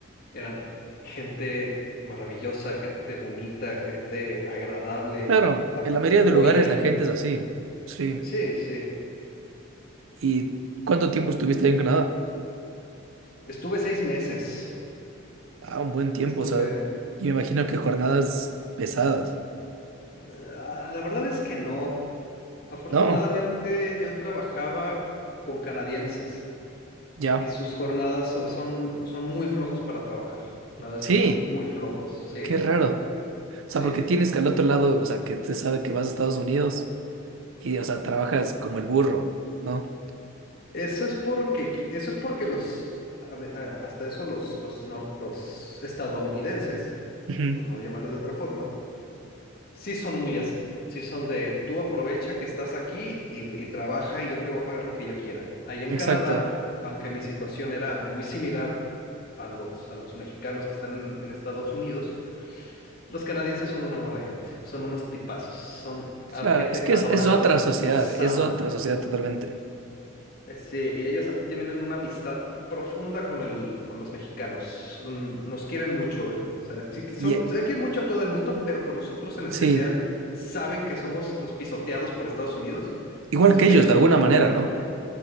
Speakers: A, on the left; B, on the right.
A: eran gente maravillosa, gente bonita, gente agradable,
B: claro.
A: ap-
B: En la mayoría
A: te apoyan.
B: de lugares la gente es así. Sí.
A: Sí, sí.
B: ¿Y cuánto tiempo estuviste ahí en Canadá?
A: Estuve seis meses.
B: Ah, un buen tiempo,
A: Estuve...
B: o sea, y me imagino que jornadas pesadas.
A: Ah, La verdad es que no. Afortunadamente
B: No,
A: yo trabajaba con canadienses
B: ya.
A: y sus jornadas so- son, son muy flojos para trabajar. La verdad es
B: Sí,
A: que son muy flojos. Sí,
B: qué raro. O sea,
A: sí.
B: porque tienes que al otro lado, o sea, que te sabe que vas a Estados Unidos y, o sea, trabajas como el burro, ¿no?
A: Eso es porque, qui- eso es porque los, a- a- hasta eso los, los, nor- los estadounidenses,
B: Ujú,
A: por no llamarles de otra forma, sí son muy así. Sí son de tú aprovecha que estás aquí y, y trabaja y yo te voy a pagar lo que yo quiera. Allá en
B: Exacto.
A: Canadá, aunque mi situación era muy similar a los, a los mexicanos que están en, en Estados Unidos, los canadienses son un amor de gente, son unos tipazos, son a-
B: Claro,
A: gente
B: es que
A: adorable,
B: es, es otra sociedad,
A: nos
B: es
A: aman.
B: otra sociedad totalmente.
A: Eh, Sí, y ellas ap- tienen una amistad profunda con el, con los mexicanos. Son- nos quieren mucho. eh, O sea, sí que son,
B: Y eh,
A: se quieren mucho a todo el mundo, pero con nosotros en especial
B: sí,
A: saben que somos los pisoteados por Estados Unidos. Entonces
B: igual que ellos,
A: ellos
B: de
A: son
B: alguna
A: como
B: manera,
A: el error.
B: ¿no?